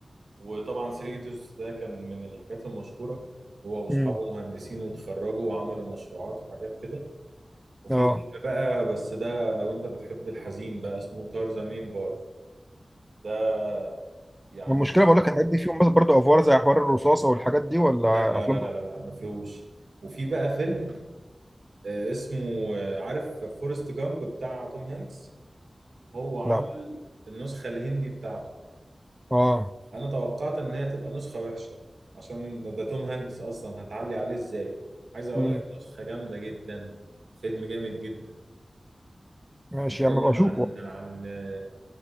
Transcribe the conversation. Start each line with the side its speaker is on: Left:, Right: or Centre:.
Right: وطبعا سيريديوس ده كان من الحاجات المشهورة هو وأصحابه
Centre: امم
Right: مهندسين وتخرجوا وعملوا مشروعات وحاجات كده وفي
Centre: اه
Right: فيلم بقى بس ده لو أنت بتحب الحزين بقى اسمه تارزا مين بار ده يعني
Centre: المشكله بقول لك الحاجات دي فيهم بس برضه افوار زي حوار الرصاصه والحاجات دي ولا
Right: لا لا
Centre: افلام
Right: لا لا
Centre: تخ-
Right: لا لا ما فيهوش وفي بقى فيلم آه، اسمه آه، عارف فورست جامب بتاع توم هانكس هو عامل
Centre: لا
Right: النسخة الهندي بتاعته
Centre: اه
Right: انا توقعت ان هي تبقى نسخة وحشة عشان ده, ده توم هانكس اصلا هتعلي عليه ازاي عايز اقول
Centre: مم.
Right: لك نسخة جامدة جدا فيلم جامد جدا
Centre: ماشي
Right: بيتكلم
Centre: يا عم ابقى اشوفه
Right: عن عن آه،